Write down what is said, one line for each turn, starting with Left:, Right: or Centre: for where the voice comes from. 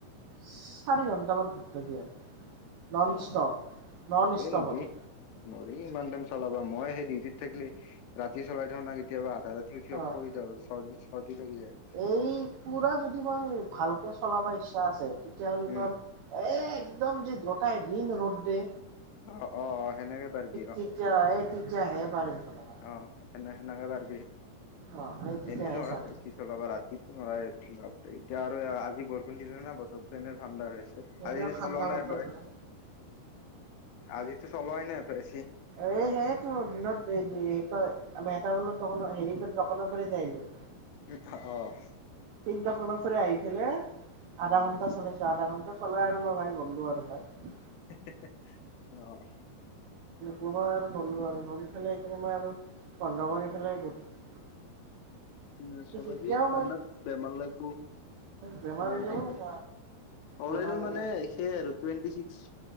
Right: চাৰি ঘন্টামান ধধৰিয়া নন
Left: অ
Right: ষ্টপ নন
Left: এই
Right: ষ্টপ
Left: নৰি
Right: আৰু
Left: নৰি ইমান টাইম চলাবা মই সেই ডিউটিত থাকলি ৰাতি চলাই থৌ নহ কেতিয়াবা আধা ৰাতি উঠি অফ
Right: অহ
Left: কৰি দিওঁ চৰ্দি চৰ্দি লাগি যায়
Right: এই পুৰা যদি মই ভালকে চলাব ইচ্ছা আছে তেতিয়া হ'লে
Left: উম,
Right: তৰ এহ একদম যে দুটাই দিন ৰোডডে
Left: অহ অহ সেনেকে পাৰবি অহ
Right: তেতিয়া এই তেতিয়াহে পাৰিম। চলাব
Left: অহ সেনে সেনেকে পাৰবি
Right: অ এই তেতিয়াহে
Left: এনেই নৰা
Right: পাৰিম
Left: এচি চলাবা ৰাতিটো নৰাই এতিয়া আৰু আজি বৰষুণ দিলে নহ বতৰতো তেনে ঠাণ্ডা হৈছে।
Right: এনেও
Left: আজি
Right: ঠাণ্ডা
Left: চলোৱা নাই
Right: বতৰ
Left: তই
Right: হয়
Left: আজিতো চলোৱা নাই হেপাই
Right: এহ সেয়েটো দিনত এই যে এই তই আমাৰ এটা <unintelligible> হেৰি দোকানৰ পৰা যাই যঅ
Left: <unintelligible> অহ
Right: ঠিক দোকানৰ ফেৰে আহিফেলে
Left: উম
Right: আধা ঘণ্টা চলে আধা ঘণ্টা চলাই আৰু মই ভাই নল্লো আৰু ভাই
Left: হে হে হে, অহ
Right: মই আৰু নলো আৰু নৰি পেলাই সেইকাৰণে মই আৰু বন্ধ কৰি ফেলেই গলো
Left: নচলাবি
Right: এতিয়াও
Left: ঠাণ্ডাত
Right: মই
Left: বেমাৰ লাগব,
Right: বেমাৰ
Left: সমান
Right: হৈ যাব
Left: চলালি চলালিও
Right: নৰা নৰা
Left: মানে সেয়ে আৰু twenty six